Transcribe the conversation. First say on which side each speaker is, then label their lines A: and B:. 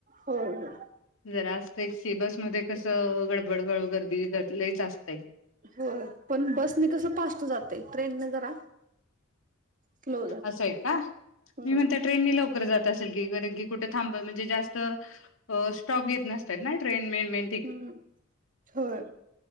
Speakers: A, on the right; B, on the left.
A: हो हो
B: जरा असत की बसमध्ये कसं गडबडगड गर्दी लईच असतय.
A: हो‌. पण बसने कसं फस्ट जाते. ट्रेनने जरा स्लो जाते
B: असंय का?
A: हम्म
B: मी म्हणते ट्रेननी लवकर जात असेल की कारणकी कुठ थांब म्हणजे जास्त हो स्टॉप घेत नसत्यात नाय, ट्रेन मेन, मेन
A: हा, होय.